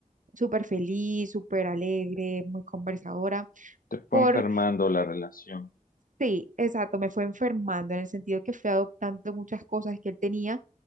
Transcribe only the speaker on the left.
Te fue
enfermando la relación.